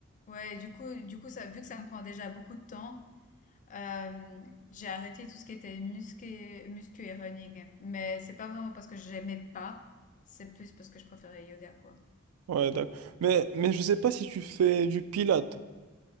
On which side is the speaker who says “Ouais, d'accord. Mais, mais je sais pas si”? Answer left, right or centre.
Right